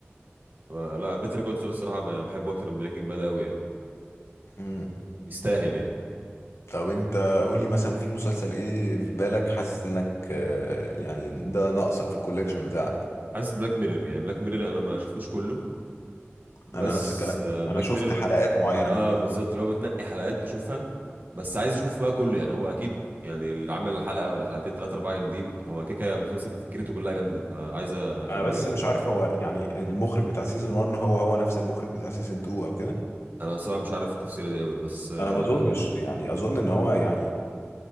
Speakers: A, on the right (about 45°); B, on the left (about 80°).
A: آه، لا بيتر كول سول الصراحه ب- يعني بحبه اكتر من بريكنج باد قوي يعني
B: امم
A: يستاهل يعني
B: طب انت قول لي مثلا في مسلسل ايه في بالك حاسس انك آه، يعني ده ناقصك في الكوليكشن بتاعك
A: حاسس بلاك ميرور يعني بلاك ميرور انا ما شفتوش كله بس
B: انا نفس الكلام
A: بلاك
B: انا شفت
A: ميرور
B: حلقات معينه منه
A: اه بالظبط لو بتنقي حلقات تشوفها بس عايز اشوف بقى كله يعني هو اكيد يعني اللي عمل حلقه ولا حلقتين ثلاثه اربعه جامدين هو كده كده مسلسل فكرته كلها جامده فعايز اكمله
B: انا بس
A: يعني
B: مش عارف هو يعني المخرج بتاع سيزون 1 هو هو نفس المخرج بتاع سيزون 2 او كده
A: انا الصراحه مش عارف التفصيله دي قوي بس آه،
B: انا ما اظنش يعني اظن ان هو يعني